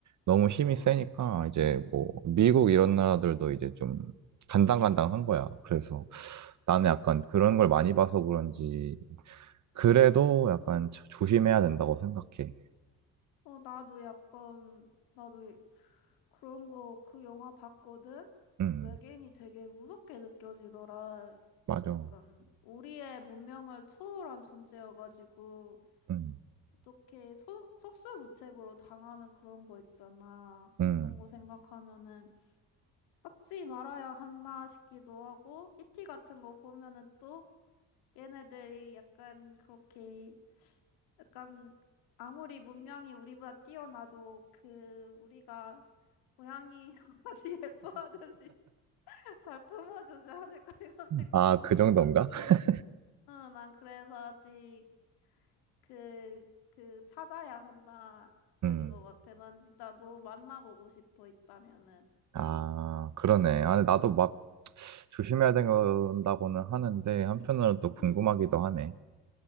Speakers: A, on the right; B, on the left.
A: 너무 힘이
B: 응,
A: 세니까 이제 뭐 미국 이런 나라들도 이제 좀 간당간당한 거야. 그래서 나는 약간 그런 걸 많이 봐서 그런지 그래도 약간 조- 조심해야 된다고 생각해.
B: 어, 나도 약간 나도 이- 그런 거 그 영화 봤거든.
A: 음,
B: 외계인이 되게 무섭게 느껴지더라.
A: 맞아.
B: 약간 우리의 문명을 초월한 존재여가지고.
A: 음,
B: 어떻게 소, 속수무책으로 당하는 그런 거 있잖아.
A: 음.
B: 그런 거 생각하면은 받지 말아야 한다 싶기도 하고 이티 같은 거 보면은 또 얘네들이 약간 그렇게 약간 아무리 문명이 우리보다 뛰어나도 그 우리가 고양이 <laughs> 강아지 예뻐하듯이 <laughs> 잘 품어주지 않을까 이런 생각도
A: 아, 그
B: 들어가지고
A: 정도인가? <laughs>
B: 응, 난 그래서 아직 그, 그, 찾아야 한다, 쪽인
A: 음.
B: 것 같아. 난 일단 너 만나보고 싶어, 있다면은.
A: 아, 그러네. 아, 나도 막 조심해야 된다고는 하는데, 한편으로는 또 궁금하기도
B: 응,
A: 하네.